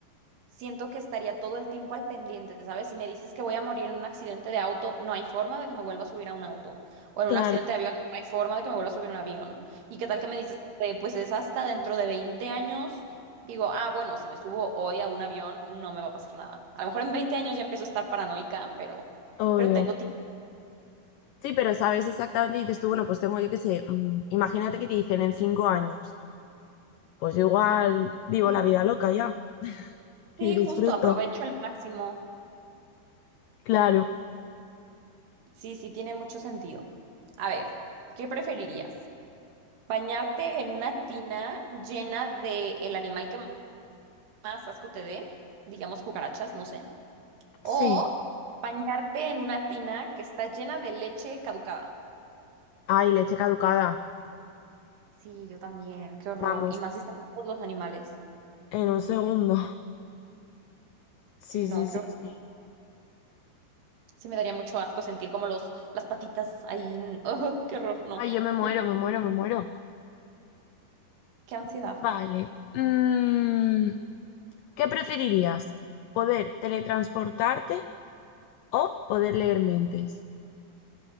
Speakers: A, on the right; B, on the left.
A: siento que estaría todo el tiempo al pendiente, ¿sabes? Si me dices que voy a morir en un accidente de auto, no hay forma de que me vuelva a subir a un auto. O en
B: Claro,
A: un accidente de avión, no hay forma de que me vuelva a subir a un avión. ¿Y qué tal que me dices, eh, pues es hasta dentro de 20 años? Digo, ah, bueno, si me subo hoy a un avión, no me va a pasar nada. A lo mejor en 20 años ya empiezo a estar paranoica, pero,
B: obvio.
A: pero tengo tiempo.
B: Sí, pero sabes exactamente, y dices tú, bueno, pues tengo, yo qué sé, mm, imagínate que te dicen en cinco años, pues igual
A: Ah,
B: vivo
A: sí.
B: la vida loca ya y
A: Sí,
B: disfruto.
A: justo, aprovecho al máximo.
B: Claro,
A: Sí, sí, tiene mucho sentido. A ver, ¿qué preferirías? Bañarte en una tina llena de el animal que más asco te dé, digamos cucarachas, no sé. O
B: sí.
A: bañarte en una tina que está llena de leche caducada.
B: Ay, leche caducada,
A: Sí, yo también, qué horror.
B: vamos,
A: Y más si están todos los animales.
B: en un segundo. Sí,
A: Sí,
B: sí,
A: no,
B: sí,
A: qué horror.
B: sí.
A: Sí, me daría mucho asco sentir como los, las patitas ahí. n- Ugh, <laughs> qué horror, no.
B: Ay, yo me muero,
A: Me-
B: me muero, me muero.
A: qué ansiedad.
B: Vale. Mm, ¿qué preferirías? ¿Poder teletransportarte o poder leer mentes?